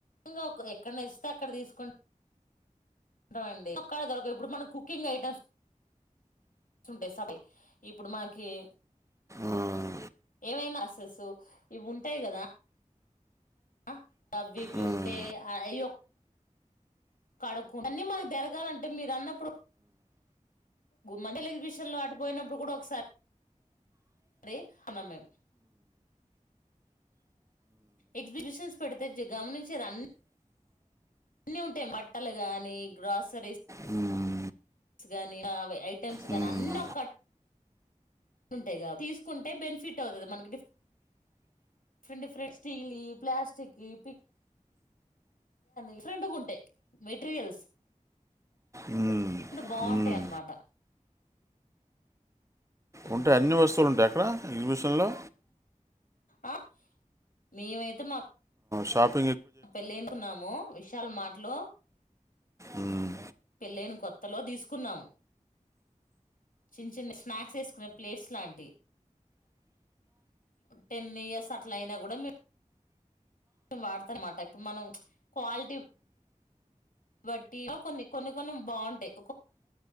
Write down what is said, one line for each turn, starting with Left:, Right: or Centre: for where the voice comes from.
Left: గా ఎక్కడన నచ్చితే అక్కడ తీసుకుం ఉంటామండి కాదు మనకి ఇప్పుడు మనం కుకింగ్ ఐటమ్స్ ఉండేసవి ఇప్పుడు మనకి
Right: "మ్మ్,
Left: ఏమైనా అసెస్సు ఇవి ఉంటాయి గదా అ అవి ఇవి
Right: మ్మ్,
Left: ఉంటే అయ్యొ కడుకు అన్నీ మాకు తిరగాలంటే మీరు అన్నప్పుడు మజల ఎగ్జిబిషన్ లో అటపోయినప్పుడు కూడా ఒకసారి అరే అమమే ఎగ్జిబిషన్స్ పెడితే గమనించి రన్న అన్నీ ఉంటాయి మట్టలు గాని గ్రాసరీస్
Right: మ్మ్,
Left: స్ గానీ ఐటెమ్స్
Right: మ్మ్,
Left: గానీ అన్నీ ఒ ఉంటాయి తీసుకుంటే బెనిఫిట్ అవుతుంది మనకి diff different different steel plastic పి డిఫరెంట్గాంటాయి మెటీరియల్స్
Right: మ్మ్,
Left: అండు బాగుంటాయి
Right: మ్మ్."
Left: అన్నమాట మ్
Right: ఉంటాయి అన్ని వస్తువులు ఉంటాయి అక్కడ ఎగ్జిబిషన్లో
Left: ఆ మేమైతే మా
Right: షాప్
Left: మా పెళ్ళ ఎనుుకున్నాము విశాల మాటలు
Right: ఉమ్
Left: పెళ్ళైన కొత్తలో తీసుకున్నాము చిన్న చిన్న స్నాక్స్ వేసుకునే ప్లేట్స్ లాంటి టెన్ ఇయర్స్ అట్ల అయినా కూడా వాడతా అన్నమాట ఇప్పుడు మనం క్వాలిటీ కాబట్టి కొన్ని కొన్ని కొన్ని బాగుంటాయి